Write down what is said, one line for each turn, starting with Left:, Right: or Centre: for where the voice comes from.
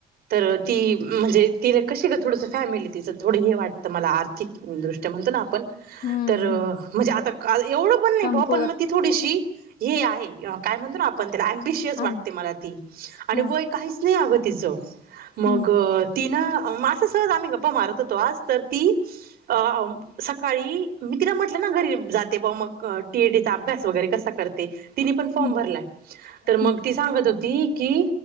Right: तर ती म्हणजे तिला कशीग थोडस फॅमिली तिचं थोडं हे वाटतं मला आर्थिक दृष्टया, म्हणतो ना आपण
Left: हम्म
Right: तर
Left: हम्म
Right: म्हणजे आता एवढं पण नाही
Left: कमकुवत
Right: पण मग ती थोडीशी हे आहे काय म्हणतो ना आपण त्याला अम्बिशियस
Left: आ
Right: वाटते मला ती आणि
Left: हा
Right: वय काहीच नाही अगत ती तिचा. मग
Left: हम्म
Right: तिना मा आस सहज आम्ही गप्पा मारत तो आज, तर ती अम सकाळी मी तिला म्हटलं ना घरी जाते बा मग. टीएडीचा अभ्यास वगैरे कसा करते तिने पण फॉर्म
Left: हम्म
Right: भरला तर मग
Left: हम्म
Right: ती सांगत होती की,